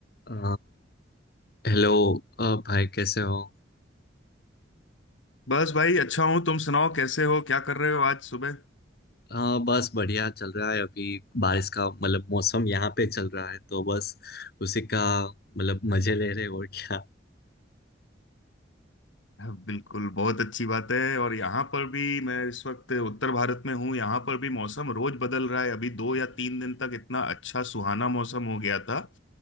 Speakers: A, on the left (about 55°); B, on the left (about 80°).
A: अ, hello अ, भाई कैसे हो
B: बस भाई अच्छा हूँ तुम सुनाओ कैसे हो क्या कर रहे हो आज सुबह
A: अ, बस बढ़िया चल रहा है अभी बारिश का मतलब मौसम यहाँ पे चल रहा है तो बस उसी का मतलब मजे ले रहे हैं और क्या
B: हाँ, बिल्कुल बहुत अच्छी बात है और यहाँ पर भी मैं इस वक्त उत्तर भारत में हूँ यहाँ पर भी मौसम रोज बदल रहा है अभी दो या तीन दिन तक इतना अच्छा सुहाना मौसम हो गया था